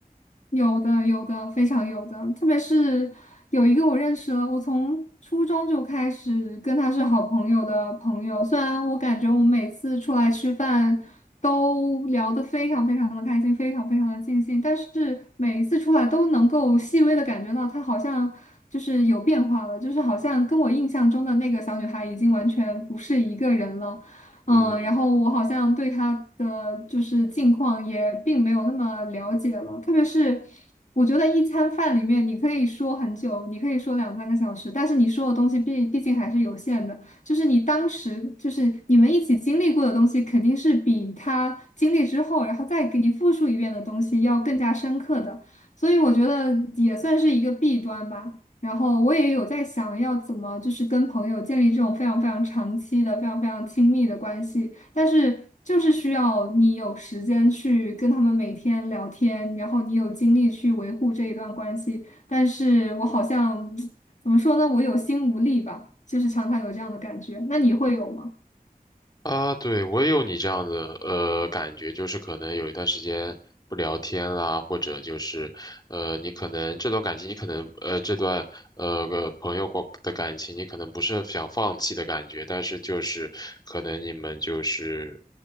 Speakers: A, on the left; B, on the left.
A: 有的，有的，非常有的。特别是有一个我认识了，我从初中就开始跟他是好朋友的朋友。虽然我感觉我们每次出来吃饭都聊得非常非常的开心，非常非常的尽兴，但是每一次出来都能够细微的感觉到他好像就是有变化了，就是好像跟我印象中的那个小女孩已经完全不是一个人了。
B: 嗯。
A: 嗯，然后我好像对他的就是近况也并没有那么了解了，特别是我觉得一餐饭里面你可以说很久，你可以说两三个小时，但是你说的东西毕毕竟还是有限的，就是你当时就是你们一起经历过的东西，肯定是比他经历之后，然后再给你复述一遍的东西要更加深刻的，所以我觉得也算是一个弊端吧。然后我也有在想要怎么就是跟朋友建立这种非常非常长期的、非常非常亲密的关系，但是就是需要你有时间去跟他们每天聊天，然后你有精力去维护这一段关系，但是我好像 <tsk> 怎么说呢，我有心无力吧，就是常常有这样的感觉。那你会有吗？
B: 啊，对，我也有你这样的呃感觉，就是可能有一段时间不聊天啦，或者就是呃，你可能这段感情，你可能呃这段呃个朋友过的感情，你可能不是想放弃的感觉，但是就是可能你们就是